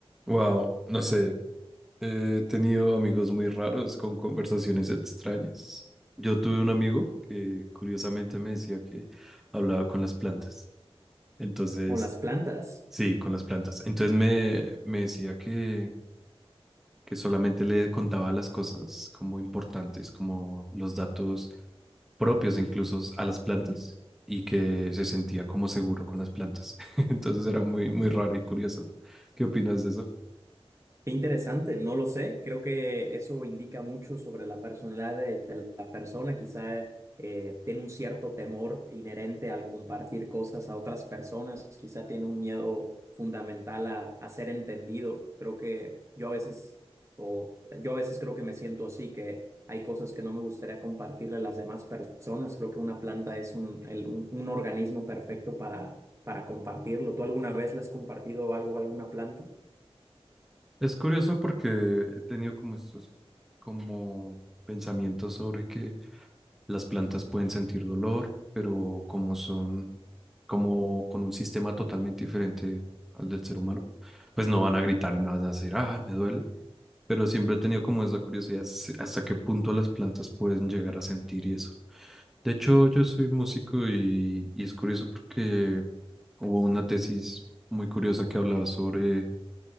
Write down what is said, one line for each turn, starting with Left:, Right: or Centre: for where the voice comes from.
Centre: Wow, no sé, he tenido amigos muy raros con conversaciones extrañas. Yo tuve un amigo que curiosamente me decía que hablaba con las plantas. Entonces,
Right: Con las plantas.
Centre: sí, con las plantas. Entonces me, me decía que, que solamente le contaba las cosas como importantes, como los datos propios incluso a las plantas y que se sentía como seguro con las plantas. <laughs> Entonces era muy, muy raro y curioso. ¿Qué opinas de eso?
Right: Qué interesante, no lo sé. Creo que eso indica mucho sobre la personalidad de, de la persona. Quizá eh, tiene un cierto temor inherente al compartir cosas a otras personas. Quizá tiene un miedo fundamental a, a ser entendido. Creo que yo a veces, o yo a veces creo que me siento así, que hay cosas que no me gustaría compartirle a las demás personas. Creo que una planta es un, el- un, un organismo perfecto para, para compartirlo. ¿Tú alguna vez le has compartido algo a alguna planta?
Centre: Es curioso porque he tenido como estos como pensamientos sobre que las plantas pueden sentir dolor, pero como son como con un sistema totalmente diferente al del ser humano, pues no van a gritar y no van a decir, ah, me duele. Pero siempre he tenido como esa curiosidad si- hasta qué punto las plantas pueden llegar a sentir y eso. De hecho, yo soy músico y, y es curioso porque hubo una tesis muy curiosa que hablaba sobre